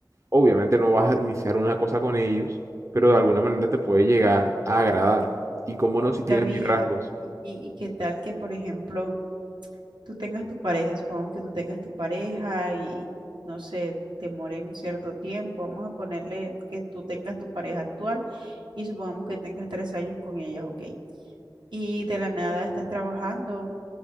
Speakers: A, on the right (about 40°); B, on the right (about 80°).
A: Obviamente no vas a iniciar una cosa con ellos, pero de alguna manera te puede llegar a agradar. Y cómo no si
B: David,
A: tienen mis rasgos.
B: y, y- y qué tal que, por ejemplo, tú tengas tu pareja, supongamos que tú tengas tu pareja y, y, no sé, te mueren un cierto tiempo, vamos a ponerle que tú tengas tu pareja actual y supongamos que tengas tres años con ella, ok. Y de la nada estás trabajando